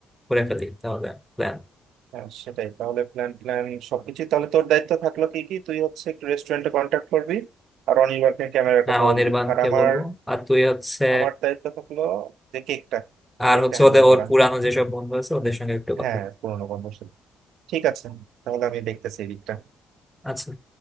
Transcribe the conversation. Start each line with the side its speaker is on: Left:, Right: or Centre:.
Centre: করে ফেলি তাহলে প্ল্যান
Right: হ্যাঁ সেটাই তাহলে প্ল্যান প্ল্যান সবকিছু তাহলে তোর দায়িত্ব থাকলো কি কি তুই হচ্ছে একটু রেস্টুরেন্টে কন্ট্যাক্ট করবি আর অনির্বাণকে ক্যামেরার
Centre: হ্যাঁ
Right: কথা
Centre: অনির্বাণকে
Right: বলবি আর আমার
Centre: বলবো আর তুই হচ্ছে
Right: আমার দায়িত্ব থাকলো যে কেকটা
Centre: আর
Right: কেকটা
Centre: হচ্ছে
Right: হ্যান্ডেল
Centre: ওদের ওর
Right: করা
Centre: পুরানো যেসব বন্ধু আছে ওদের সঙ্গে একটু কথা
Right: হ্যাঁ
Centre: বল।
Right: পুরোনো বন্ধুর সাথে ঠিক আছে তাহলে আমি দেখতেছি এই দিকটা
Centre: আচ্ছা